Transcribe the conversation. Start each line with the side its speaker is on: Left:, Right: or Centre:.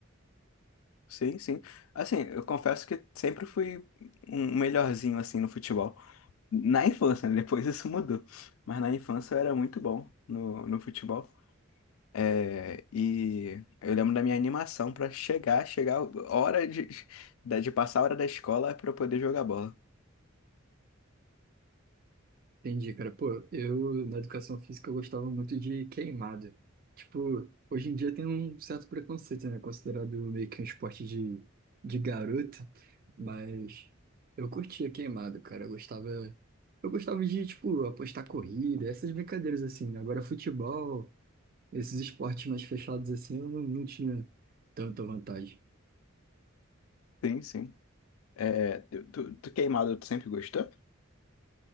Left: Sim, sim. Assim, eu confesso que sempre fui um melhorzinho assim no futebol. Na infância, né? Depois isso mudou. Mas na infância eu era muito bom no, no futebol. É, e eu lembro da minha animação pra chegar, chegar a hora de, da- de passar a hora da escola pra eu poder jogar bola.
Right: Entendi, cara. Pô, eu na educação física eu gostava muito de queimado. Tipo, hoje em dia tem um certo preconceito, né? Considerado meio que um esporte de, de garota, mas eu curtia queimado, cara. Eu gostava, eu gostava de, tipo, apostar corrida, essas brincadeiras assim. né? Agora, futebol, esses esportes mais fechados assim, eu não, não tinha tanta vantagem.
Left: Sim, sim. É, tu, tu tu queimado, tu sempre gostou?